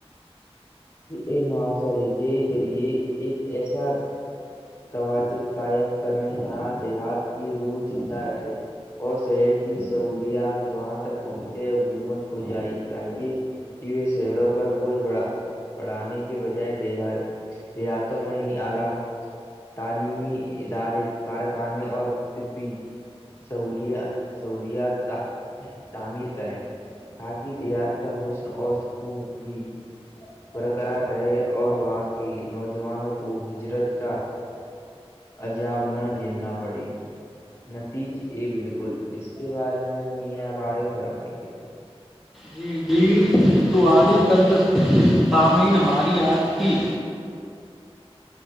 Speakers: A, on the left; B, in the centre.
A: ا مہاشرے کے ذریعے ایک ایسا توازن قائم کریں یہاں دیہات کی روح زندہ رہے اور شہر کی سہولیات وہاں تک پہنچے حکومت کو ج چاہیے کہ شہروں پر بوجھ بڑا بڑھانے کے بجائے دیہ ریہتوں میں ہی اعلی تعلیمی ادارے کارخانے اور طبی سول سہولیات تعمیر کریں تاکہ دیات کا حسن اور سکون بھی برقرار رہے اور وہاں کی نوجوانوں کو ہجرت کا عجاب نہ جھیلنا پڑی نتیج ا بالکل اس کے بارے میں میا آپ آگے فرمائیے
B: جی جی تو ای قد سامعین ہماری آگ تھی